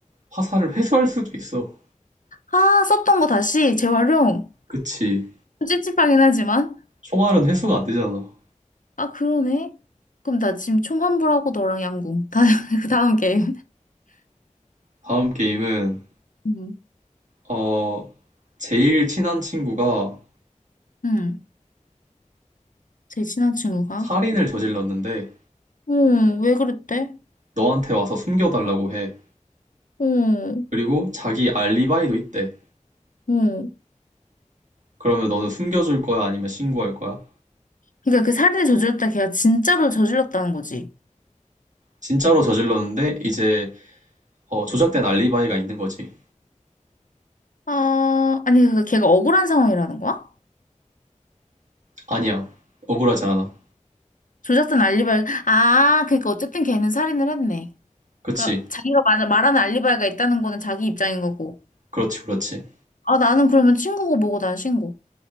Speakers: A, on the right (about 70°); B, on the left (about 80°).
A: 화살을 회수할 수도 있어.
B: 아, 썼던 거 다시 재활용.
A: 그치.
B: 좀 찝찝하긴 하지만.
A: 총알은 회수가 안 되잖아.
B: 아, 그러네. 그럼 나 지금 총 환불하고 너랑 양궁. 다, <laughs> 그 다음 게임.
A: 다음 게임은
B: 음.
A: 어 제일 친한 친구가
B: 응. 제 친한 친구가.
A: 살인을 저질렀는데
B: 응, 왜 그랬대?
A: 너한테 와서 숨겨달라고 해.
B: 응,
A: 그리고 자기 알리바이도 있대.
B: 응.
A: 그러면 너는 숨겨줄 거야 아니면 신고할 거야?
B: 그러니까 그 살인을 저질렀다 걔가 진짜로 저질렀다는 거지.
A: 진짜로 저질렀는데 이제 어, 조작된 알리바이가 있는 거지.
B: 아, 아니 그 걔가 억울한 상황이라는 거야?
A: 아니야. 억울하지 않아.
B: 조작된 알리바이. 아, 그러니까 어쨌든 걔는 살인을 했네.
A: 그치.
B: 그 자기가 말, 말하는 알리바이가 있다는 거는 자기 입장인 거고.
A: 그렇지, 그렇지.
B: 아, 나는 그러면 친구고 뭐고 난 신고.